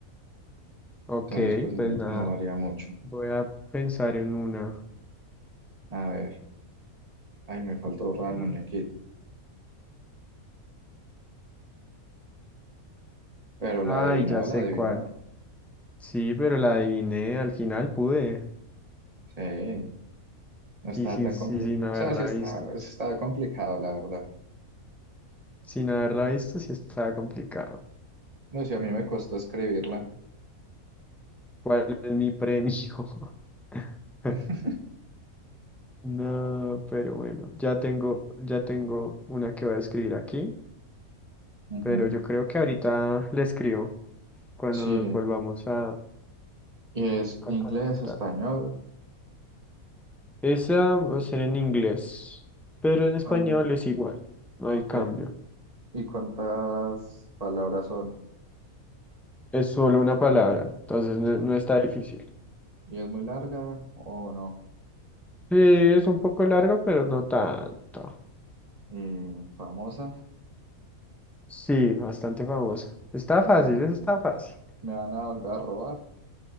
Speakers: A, in the centre; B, on the right.
A: Ok,
B: Entonces, pues no,
A: pues nada,
B: no varía mucho.
A: voy a pensar en una.
B: A ver, ahí me faltó borrar
A: Mm.
B: el muñequito. Pero la
A: Ay,
B: adivinó,
A: ya sé
B: la adivinó.
A: cuál. Sí, pero la adiviné, al final pude.
B: Sí, no está
A: Y sin,
B: tan
A: y sin
B: complicado.
A: haberla
B: O sea, sí está,
A: visto.
B: sí está complicado, la verdad.
A: Sin haberla visto, sí estaba complicado.
B: No sé, a mí me costó escribirla.
A: ¿Cuál es mi premio? <laughs>
B: <laughs>
A: No, pero bueno, ya tengo, ya tengo una que voy a escribir aquí,
B: Ujú.
A: pero yo creo que ahorita le escribo. cuando
B: Sí,
A: nos volvamos a,
B: y es inglés,
A: a conectar.
B: español.
A: Esa va a ser en inglés, pero en español
B: Con...
A: es igual, no
B: Ok,
A: hay cambio.
B: ¿y cuántas palabras son?
A: Es solo una palabra, entonces no,
B: Son-
A: no está difícil.
B: ¿Y es muy larga o no?
A: Sí, es un poco largo, pero no tanto.
B: Y famosa,
A: Sí, bastante famosa. Está
B: y
A: fácil,
B: me,
A: eso está fácil.
B: me van a volver a robar,